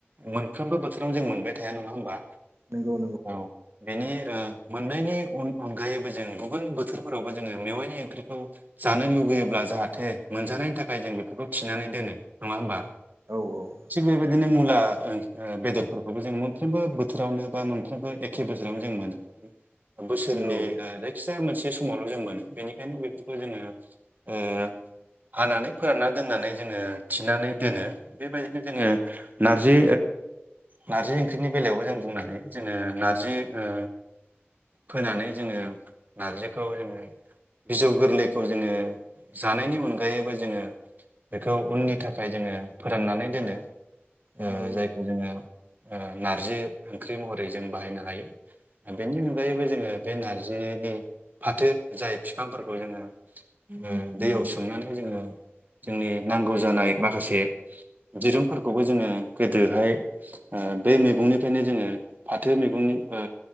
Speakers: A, on the right (about 45°); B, on the right (about 85°).
A: मोनफ्रोमबो बोथोरावनो जों मोनबाय थाया नङा होमबा
B: नंगौ नंगौ
A: औ बेनि मोननायनि अनगायैबो जों गुबुन बोथोर फोरावबो जोङो मेवाइनि ओंख्रिखौ जानो लुुबैयोब्ला जाहाथे मोनजानायनि थाखाय जों बेफोरखौ थिनानै दोनो नङा होमबा?
B: औ औ।
A: थिग बेबायदिनो मुला बेदरफोरखौबो जोङो मोनफ्रोमबो बोथोरावनो बा मोनफ्रोमबो एखे बोसोरावनो जों मोनो। बोसोरनि
B: नंगौ
A: जायखिजाया मोनसे समावल' जों मोनो बेनिखायनो बेफोरखौ जोङो ओ हानानै फोरानना दोननानै जोङो थिनानै दोनो बेबायदिनो जोङो नारजि नार्जि ओंख्रिनि बेलायावबो जों बुंनो हायो जोङो नारजि ओ फोनानै जोङो नारजिखौ जोङो बिजौ गोरलैखौ जोङो जानायनि अनगायैबो जोङो बेखौ उननि थाखाय जोङो फोराननानै दोनो, ओ
B: नंगौ
A: जाय जोङो ओ नारजि ओंख्रि महरै जों बाहायनो हायो। बेनि अनगायैबो जोङो बे नारजिनि फाथो जाय बिफांफोरखौ जोङो ओ दैयाव सोमनानै जोङो जोंनि नांगौ जानाय माखासे दिरुंफोरखौबो जोङो गोदोहाय ओ बे मैगंनिफ्रायनो जोङो फाथो मैगंनि ओ